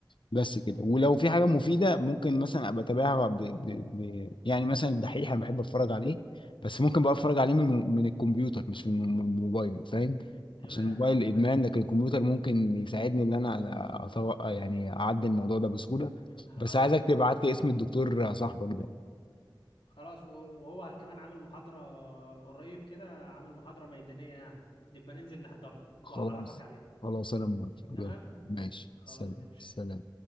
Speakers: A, on the left (about 70°); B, on the left (about 85°).
A: بس كده ولو في حاجة مفيدة ممكن مثلا ابقى اتابعها ب... ب... ب... يعني مثلا الدحيح انا بحب اتفرج عليه بس ممكن بقى اتفرج عليه من من الكمبيوتر مش من من الموبايل فاهم
B: تمام
A: عشان الموبايل
B: تمام
A: ادمان لكن الكمبيوتر ممكن يساعدني ان انا أتوقع يعني اعدي الموضوع ده بسهولة
B: هقول
A: بس عايزك
B: لك
A: تبعت لي اسم الدكتور صاحبك ده
B: خلاص و- وهو كمان عامل محاضرة قريب كده عامل محاضرة ميدانية يعني نبقى ننزل نحضرها
A: خلاص
B: وأعرفك عليه
A: خلاص انا موافق
B: تمام
A: يلا ماشي
B: خلاص
A: سلام
B: ماشي
A: سلام